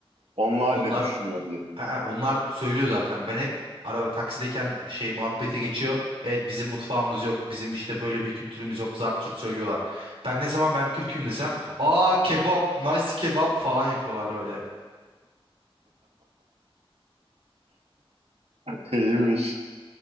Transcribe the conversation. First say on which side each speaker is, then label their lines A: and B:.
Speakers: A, on the right; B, on the right.
A: Onlar
B: Onlar
A: ne düşünüyor diye.
B: Aa, onlar söylüyor zaten. Ben hep araba taksideyken şey muhabbete geçiyor. Evet bizim mutfağımız yok. Bizim işte böyle bir kültürümüz yok. Zart zurt söylüyorlar. Ben ne zaman ben Türk'üm desem, "Aa kebap, nice kebap" falan yapıyorlar böyle.
A: <laughs> İyiymiş.